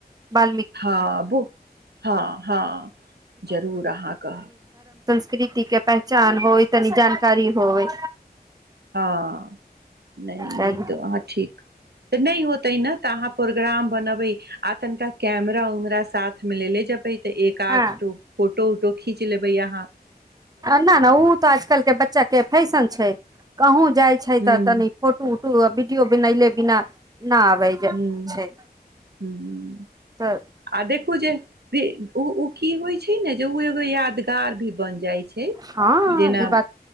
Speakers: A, on the right (about 25°); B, on the right (about 80°).
A: ब
B: हँ आबू हँ हँ जरूर अहाँ कहब
A: प्रकृति के पहचान होइ तनी जानकारी होय
B: हँ नहि
A: हँ
B: त अह ठीक तऽ नहि होतै न तऽ अहाँ प्रोग्राम बनाबे आ तनिका कैमरा उमरा साथ मे ले ले जेबै तऽ एक आध
A: हँ
B: फोटो उटो खींच ले भैआहाँ
A: न न ओ तऽ आजकल के बच्चाे फैशन छै कहूँ जाय छै
B: ह्म
A: त तनी फोटो उ भीडियओ बनल बिना न अै
B: ह्म
A: छै
B: ह्म
A: त
B: आ देखू जे भी उ उ की होइ छै ने जे उ एगो यादगार भी बन जाय छै
A: हँ
B: जेना
A: ई बात